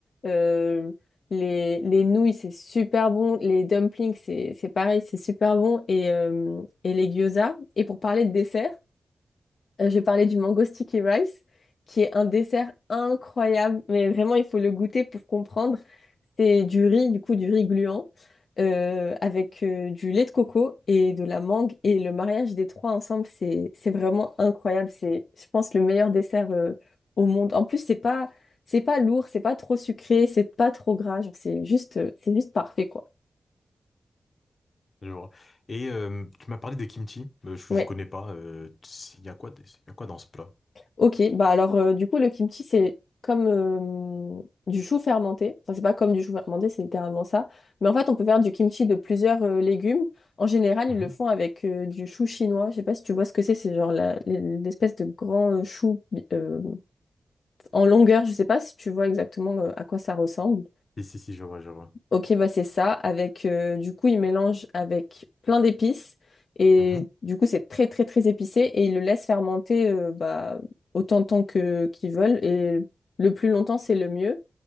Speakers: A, on the left (about 55°); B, on the left (about 40°).
A: Euh, les, les nouilles, c'est super bon. Les dumplings, c'est c'est pareil, c'est super bon. Et, euh, et les gyoza. Et pour parler de dessert, euh, je parlais du mango sticky rice, qui est un dessert incroyable, mais vraiment, il faut le goûter pour comprendre. C'est du riz, du coup, du riz gluant, euh, avec euh, du lait de coco et de la mangue. Et le mariage des trois ensemble, c'est, c'est vraiment incroyable. C'est, je pense, le meilleur dessert euh, au monde. En plus, c'est pas, c'est pas lourd, c'est pas trop sucré, c'est pas trop gras. Genre, C'est juste, euh, c'est juste parfait, quoi.
B: Je vois. Et euh, tu m'as parlé de kimchi. Euh, je,
A: Ouais.
B: je connais pas. euh, Il y a quoi, il y a quoi dans ce plat?
A: Ok, bah alors euh, du coup le kimchi c'est comme euh, du chou fermenté. Enfin c'est pas comme du chou fermenté, c'est littéralement ça. Mais en fait on peut faire du kimchi de plusieurs euh, légumes. En général
B: Mhm.
A: ils le font avec euh, du chou chinois. Je sais pas si tu vois ce que c'est, c'est genre la- l'espèce de grand euh, chou euh, en longueur. Je sais pas si tu vois exactement euh, à quoi ça ressemble.
B: Si, si, si, je vois, je vois.
A: Ok, bah c'est ça. Avec, euh, du coup, il mélange avec plein d'épices. Et
B: Mhm,
A: du coup, c'est très, très, très épicé. Et il le laisse fermenter euh, bah, autant de temps que qu'ils veulent. Et le plus longtemps, c'est le mieux.